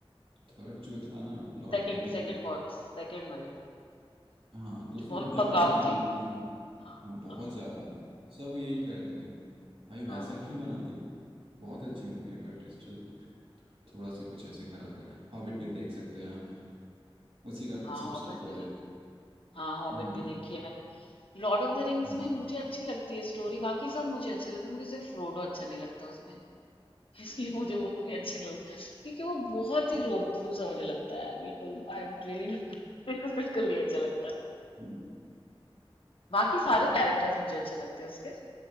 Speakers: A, on the right; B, on the left.
A: थर्ड जो था ना लॉर्ड
B: सेकंड
A: ऑफ द रिंग
B: सेकंड बहुत सेकंड वाली
A: हाँ तो
B: जो
A: उसमें
B: बहुत
A: कुछ ज़्यादा
B: पकाऊ
A: ही लेंथ
B: थी
A: थी
B: हाँ
A: हाँ, बहुत
B: हाँ
A: ज़्यादा सब यही कह रहे थे भाई वैसा
B: हाँ
A: क्यों बना दिया बहुत अच्छी मूवी है बट स्टिल थोड़ा सा कुछ ऐसे खराब कर हॉबिट भी देख सकते हैं आप उसी का
B: हाँ
A: सब
B: हॉबिट
A: सीक्वल
B: भी देखी
A: है
B: हाँ हॉबिट
A: हम्म
B: भी देखी है मैंने लॉर्ड ऑफ द रिंग्स
A: हाँ
B: में मुझे अच्छी लगती है स्टोरी बाकी सब मुझे अच्छा लगता है मुझे सिर्फ फ्रोडो अच्छा नहीं लगता उसमें <laughs> इसलिए मुझे वो इतनी अच्छी नहीं लगती क्योंकि वो बहुत ही रोतलू सा मुझे लगता है बिल्कुल आई रियली <laughs> मेरे को बिल्कुल नहीं अच्छा लगता
A: <laughs>
B: बाकी सारे
A: अरे
B: कैरेक्टर्स
A: यार
B: मुझे अच्छे लगते हैं उसके